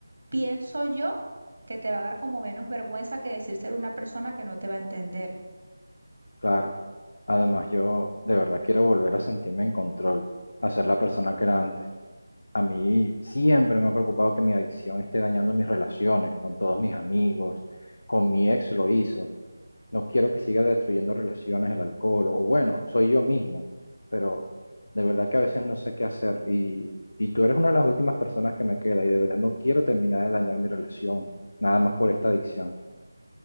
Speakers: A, on the right; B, on the left.
A: Pienso yo que te va a dar como menos vergüenza que decir ser una persona que no te va a entender.
B: Claro. Además, yo de verdad quiero volver a sentirme en control, a ser la persona que era antes. A mí siempre me ha preocupado que mi adicción esté dañando mis relaciones con todos mis amigos, con mi ex lo hizo. No quiero que siga destruyendo relaciones el alcohol, o bueno, soy yo mismo, pero de verdad que a veces no sé qué hacer y, y tú eres una de las últimas personas que me queda y de verdad no quiero terminar de dañar mi relación, nada más por esta adicción.